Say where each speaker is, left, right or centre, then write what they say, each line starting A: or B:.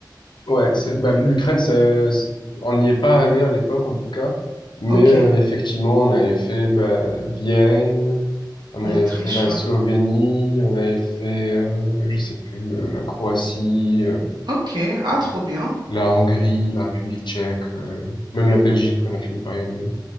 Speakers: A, on the left; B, on the right.
A: Ouais, c'est, ben, l'Ukraine, c'est, c'est- on n'y est pas allé à l'époque en tout cas, mais
B: Ok,
A: euh, effectivement, on avait fait ben, Vienne, on
B: en
A: avait
B: Autriche,
A: fait la
B: ouais.
A: Slovénie, on avait fait, euh, je sais plus, euh, la Croatie, euh,
B: Ok, ah, trop bien.
A: la Hongrie, la République tchèque, euh, même la Belgique, on a fini par y aller.